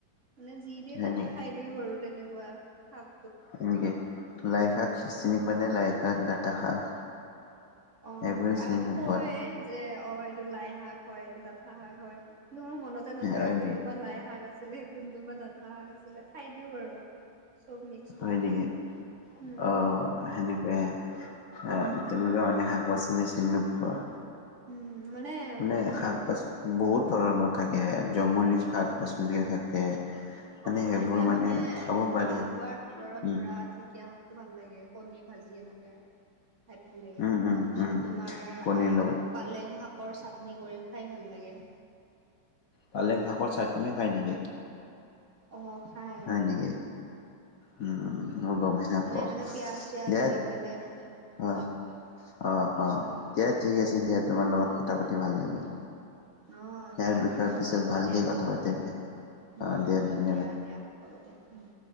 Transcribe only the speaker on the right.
মানে যি দিয়ে
তাকে
খাই দিও আৰু তেনেকুৱা শাক।
অ
খাওঁ
কয় যে অ এইটো লাই শাক হয় এইটো ডাঠা শাক হয় কিন্তু মোৰ মনত মনতে নাথাকে
কোনটো
বা লাই শাক আছিলে কোনটো বা ডাঠা শাক আছিলে, খায় দিও আৰু। চব মিক্স কৰি
উম্।
উম
উম
উম
অ
অ
এতিয়া মানে
ভাল পোৱাৰ ভিতৰত
ধৰা ঢেকীয়া শাক টো ভাল লাগে কণী ভাজি এনেকে। খায় ভাল লাগে
তাৰপিছত
তোমাৰ
আৰু
পালেং শাকৰ চাটনি কৰি খায় ভাল লাগে।
ন
অঁ খায়।
মানে এনেকে পিয়াজ চিয়াজ
দি পেলাই এনেকে
উম।
অ
দিয়া
বাৰু
অ হ'ব
দিয়া
উম উম
দিয়া দিয়া। হ'ব দিয়া উম্।